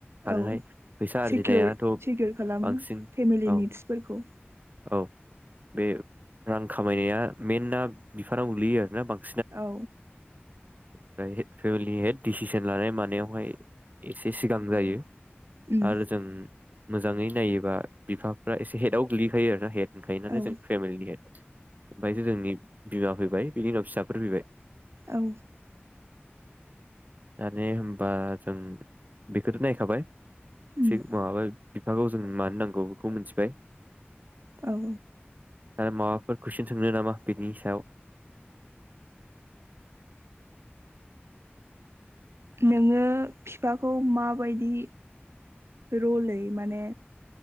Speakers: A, on the right; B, on the right.
A: थानोहाय
B: औ
A: फैसा आरजिनायाथ'
B: सिकिर सिकिर खालामो
A: बांसिन
B: फेमिलि
A: औ
B: निड्सफोरखौ
A: औ बे रां खामायनाया मेइनना बिफानाव गोलैयो आरोना बांसिन
B: औ
A: ओमफ्राय फेमिलि हेड डिसिसन लानाय मानायावहाय एसे सिगां जायो
B: उम
A: आरो जों मोजाङै नायोबा बिफाफ्रा एसे हेटआव गोग्लैखायो आरो ना हेट गायनानै
B: औ
A: जों फेमिलि <unintelligible> ओमफ्रायसो जोंनि बिमा फैबाय बिनि उनाव फिसा फोर फैबाय
B: औ
A: दाने होनबा जों बेखौथ नायखाबाय
B: उम
A: सिगमाबाय बिफाखौ जों मानो नांगौ बेखौ मिथिबाय
B: औ
A: आरो माबाफोर कुइसन सोंनो नामा बिनि सायाव
B: नोङो फिफाखौ माबायदि रलै माने